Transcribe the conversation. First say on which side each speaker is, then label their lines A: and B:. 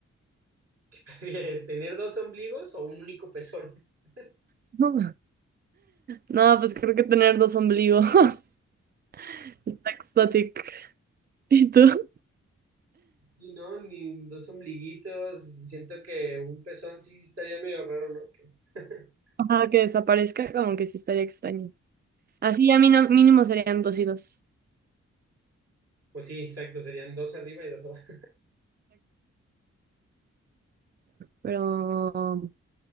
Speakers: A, on the right; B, on the right.
A: <laughs> ¿qué prefieres, ¿Tener dos ombligos o un único pezón? <laughs>
B: No, No, pues creo que tener dos ombligos. <laughs> Está exótico. ¿Y tú?
A: Y no, ni dos ombliguitos. Siento que un pezón sí estaría medio raro, ¿no? Que- <laughs>
B: Ajá, que desaparezca, como que sí estaría extraño. Así ya mínimo, mínimo serían dos y dos.
A: Pues sí, exacto. Serían dos arriba y dos abajo.
B: Pero,